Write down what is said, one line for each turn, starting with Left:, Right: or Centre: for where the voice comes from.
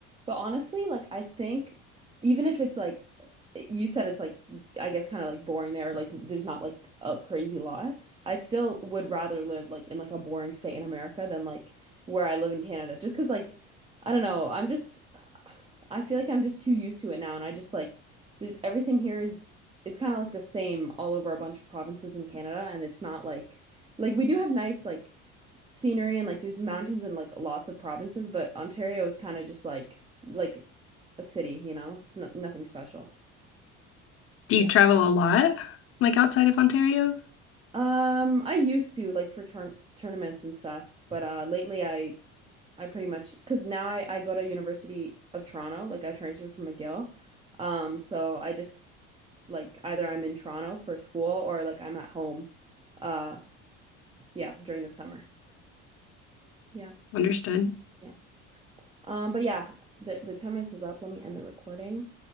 Right: But honestly, like I think even if it's like you said it's like I guess kind of like boring there, like there's not like a crazy lot, I still would rather live like in like a boring state in America than like where I live in Canada. Just 'cause like I don't know, I'm just I feel like I'm just too used to it now and I just like there's everything here is it's kind of like the same all over a bunch of provinces in Canada and it's not like like we do have nice like scenery and like there's mountains and like lots of provinces, but Ontario is kind of just like like a city, you know? It's no nothing special.
Left: Do
Right: Yeah.
Left: you travel a lot, like outside of Ontario?
Right: Um, I used to like for turn tournaments and stuff, but uh lately I I pretty much because now I I go to University of Toronto, like I transferred from McGill. Um, so I just like either I'm in Toronto for school or like I'm at home uh yeah, during the summer. Yeah.
Left: Understood.
Right: Yeah. Um, but yeah, the the 10 minutes is up. Let me end the recording.